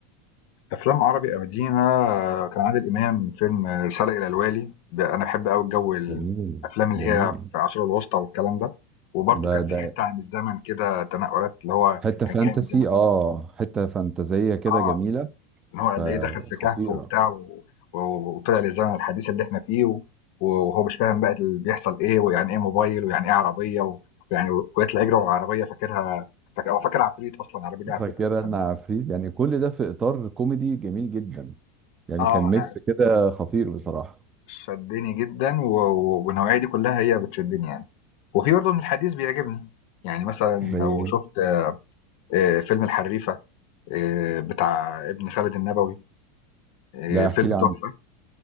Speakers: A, on the left; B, on the right.
A: أفلام عربي قديمة آه، كان عادل إمام فيلم آه، رسالة إلى الوالي ب- أنا بحب قوي الجو
B: جميل
A: الأفلام اللي
B: جميل
A: هي في العصور الوسطى والكلام ده وبرضه
B: ده
A: كان في
B: ده
A: حتة عن الزمن كده تنقلات اللي هو
B: حته
A: كان
B: فانتسي
A: جاي من زمان
B: اه حته فانتازيه كده
A: اه
B: جميله
A: ان هو اللي
B: فخطيره
A: ايه دخل في كهف وبتاع و... و... وطلع للزمن الحديث اللي احنا فيه و... وهو مش فاهم بقى اللي بيحصل ايه ويعني ايه موبايل ويعني ايه عربيه و... ويعني و- ويطلع يجري ورا عربيه فاكرها فاكر هو فاكر عفريت اصلا العربيه دي عفريت
B: فاكره
A: اساسا
B: ان
A: يعني.
B: عفريت يعني كل ده في اطار كوميدي جميل جدا يعني
A: اه
B: كان
A: انا
B: ميكس كده خطير بصراحه
A: شدني جدا و... و- والنوعيه دي كلها هي بتشدني يعني وفي برضه من الحديث بيعجبني يعني مثلا
B: زي
A: لو شفت آه، فيلم الحريفه آه، بتاع ابن خالد النبوي آه،
B: لا
A: فيلم
B: احكي لي عنه
A: تحفه